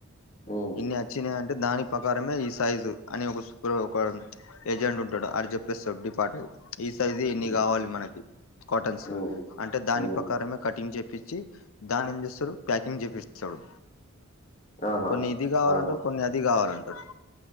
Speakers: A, on the left; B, on the left.
A: ఓ
B: ఇన్ని వచ్చినాయి అంటే, దాని ప్రకారమే ఈ సైజు అని ఒక సూపర్ ఒక ఏజెంట్ ఉంటాడు ఆడు చెప్పేస్తాడు డ్డిపాట ఏ సైజు ఎన్ని
A: ఉమ్,
B: కావాలి మనకి కాటన్స్
A: ఉమ్,
B: అంటే దాని
A: ఉమ్.
B: ప్రకారమే కటింగ్ చేపించి దాని ఏం చేస్తారు ప్యాకింగ్ చేపిస్తాడు
A: ఆహా
B: కొన్ని ఇది కావాలంటారు
A: ఆహా
B: కొన్ని అది కావాలంటారు